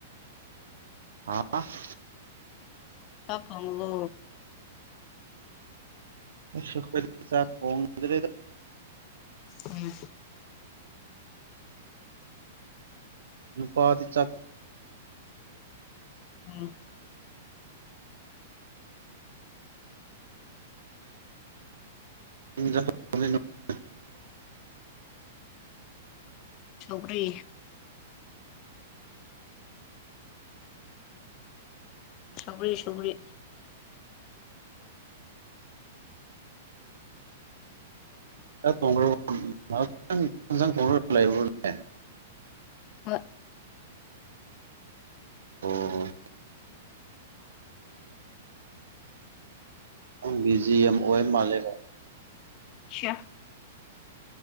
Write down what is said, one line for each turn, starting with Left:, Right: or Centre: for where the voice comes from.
Right: ꯍꯥ ꯑꯁ
Left: ꯀ ꯀꯕ
Right: ꯄ ꯆ ꯐꯗ꯭ꯔꯦ
Left: ꯎꯝ
Right: ꯅꯨꯄꯥꯗꯤ ꯆꯗ
Left: ꯎꯝ
Right: <inaudible>
Left: ꯄꯔꯤ ꯁꯒꯔꯤ ꯁꯒꯔꯤ
Right: ꯣꯡ꯭ꯔꯣꯡ꯭ꯔ
Left: ꯑ
Right: ꯑꯣ ꯕꯤ ꯖꯤ ꯑꯦꯝ ꯑꯣꯏ ꯃꯥꯂꯦꯝ
Left: ꯁꯦ